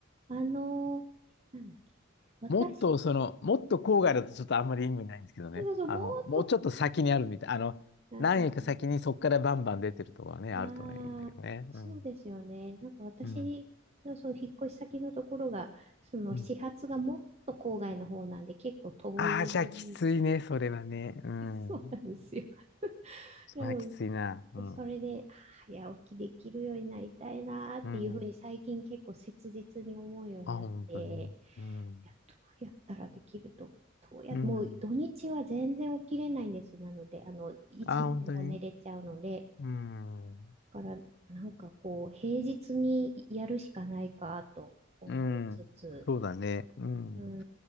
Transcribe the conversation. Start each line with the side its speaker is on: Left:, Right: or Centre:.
Right: あのーなんだっけ。私、
Left: もっとその、もっと郊外だとちょっとあんまり意味ないんですけどね。
Right: そうそう、
Left: あの、
Right: もっと、
Left: もうちょっと先にあるみたい。あの、
Right: あー
Left: 何駅か先にそこからバンバン出てるとこはね、
Right: あー、
Left: あるとね、いいんだけどね。
Right: そうですよね。
Left: うん。
Right: なんか私のその引っ越し先のところが、
Left: うん。
Right: その始発がもっと郊外の方なんで、
Left: うん。
Right: 結構遠い。
Left: ああ、じゃあきついね、それはね。うん。
Right: そうなんですよ。<laughs>
Left: それはきついな。
Right: なの
Left: うん。
Right: で、それで、あー早起きできるようになりたいなーっていうふうに最近結構切実に思うようになって、
Left: うん。あ、本当に。うん。
Right: いや、どうやったらできると、どうや、
Left: うん。
Right: もう土日は全然起きれないんです。なので、あの、いつまでも寝れちゃうので、
Left: あ、本当に。うん。
Right: だから、なんかこう、平日にやるしかないかと思いつつ、
Left: うん。そうだね。うん。
Right: うー